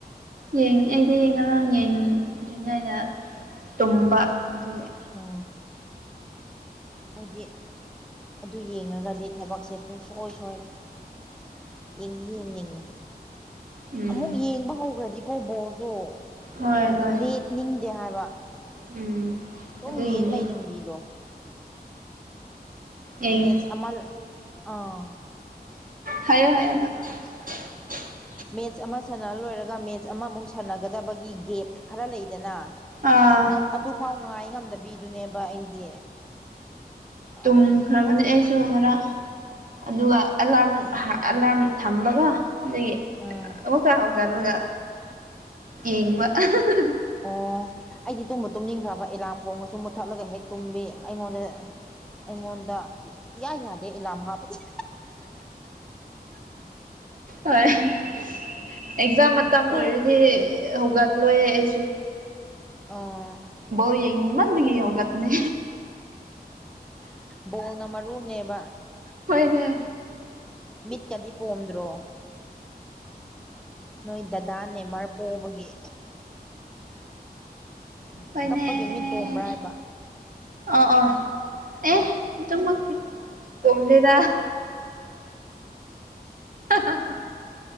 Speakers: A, on the right; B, in the centre.
A: ꯌꯦꯡ ꯑꯩꯗꯤ ꯉꯔꯥꯡ ꯌꯦꯡꯗ꯭ꯔꯤꯉꯩꯗ ꯇꯨꯝꯕ ꯑꯗꯨꯒꯤ꯫
B: ꯑꯣ ꯑꯈꯣꯏꯗꯤ ꯑꯗꯨ ꯌꯦꯡꯉꯒꯗꯤ ꯊꯕꯛꯁꯦ ꯄꯨꯡꯁꯣꯏ ꯁꯣꯏꯔꯦ ꯌꯦꯡꯗꯤ ꯌꯦꯡꯅꯤꯡꯉꯦ
A: ꯎꯝ
B: ꯑꯃꯨꯛ ꯌꯦꯡꯕ ꯍꯧꯈ꯭ꯔꯗꯤꯀꯣ ꯕꯣꯜꯁꯨ
A: ꯍꯣꯏ ꯍꯣꯏ
B: ꯂꯦꯞꯅꯤꯡꯗꯦ ꯍꯥꯏꯕ
A: ꯎꯝ
B: ꯑꯗꯨꯝ
A: ꯑꯗꯨꯒꯤꯅꯦ
B: ꯌꯦꯡ ꯂꯩꯅꯤꯡꯕꯤꯗꯣ
A: ꯌꯦꯡ
B: ꯃꯦꯆ ꯑꯃꯜ ꯑꯥꯎ
A: ꯍꯥꯏꯌꯣ ꯍꯥꯏꯌꯣ ꯅꯪ <unintelligible>
B: ꯃꯦꯠꯁ ꯑꯃ ꯁꯥꯟꯅꯔ ꯂꯣꯏꯔꯒ ꯃꯦꯠꯁ ꯑꯃꯃꯨꯛ ꯁꯥꯟꯅꯒꯗꯕꯒꯤ ꯒꯦꯞ ꯈꯔ ꯂꯩꯗꯅ
A: ꯑꯥ
B: ꯑꯗꯨꯐꯥꯎ ꯉꯥꯏ ꯉꯝꯗꯕꯤꯗꯨꯅꯦꯕ ꯑꯩꯗꯤ ꯑꯧ
A: ꯇꯨꯝꯈ꯭ꯔꯕꯅꯦ
B: ꯑꯗꯨꯝ ꯎꯝ
A: ꯑꯩꯁꯨ ꯉꯔꯥꯡ ꯑꯗꯨꯒ ꯑꯂꯥꯔꯝ ꯑꯦꯂꯥꯔ ꯊꯝꯕꯀꯣ ꯑꯗꯨꯒꯤ
B: ꯎꯝ
A: ꯑꯃꯨꯛꯀ ꯍꯧꯒꯠꯂꯒ ꯌꯦꯡꯕ ꯑꯍꯥꯍ
B: ꯑꯣ ꯑꯩꯗꯤ ꯇꯨꯝꯕꯨ ꯇꯨꯝꯅꯤꯡꯈ꯭ꯔꯕ ꯑꯦꯂꯥꯝ ꯈꯣꯡꯉꯁꯨ ꯃꯨꯠꯊꯠꯂꯒ ꯍꯦꯛ ꯇꯨꯝꯕꯤ ꯑꯩꯉꯣꯟꯗ ꯑꯩꯉꯣꯟꯗ ꯏꯌꯥ ꯌꯥꯗꯦ ꯑꯦꯂꯥꯝ ꯍꯥꯞꯄꯁꯤ
A: ꯍꯣꯏ ꯑꯦꯛꯖꯥꯝ ꯃꯇꯝ
B: ꯈꯣꯡ
A: ꯑꯣꯏꯔꯗꯤ ꯍꯧꯒꯠꯂꯣꯏꯑꯦ ꯑꯩꯁꯨ
B: ꯑꯣ
A: ꯕꯣꯜ ꯌꯦꯡꯅꯤꯡ ꯃꯟꯕꯒꯤ ꯍꯧꯒꯠꯄꯅꯦ
B: ꯕꯣꯜꯅ ꯃꯔꯨꯅꯦꯕ
A: ꯍꯣꯏꯅꯦ
B: ꯃꯤꯠꯀꯗꯤ ꯄꯣꯝꯗ꯭ꯔꯣ ꯅꯣꯏ ꯗꯥꯗꯥ ꯅꯦꯃꯔ ꯄꯣꯕꯒꯤ
A: ꯍꯣꯢꯅꯦ
B: ꯀꯞꯄꯒꯤ ꯃꯤꯠ ꯄꯣꯝꯕ꯭ꯔꯥ ꯍꯥꯏꯕ
A: ꯑ ꯑ ꯑꯦ ꯑꯗꯨ ꯃꯛꯇꯤ ꯄꯣꯝꯗꯦꯗ <unintelligible>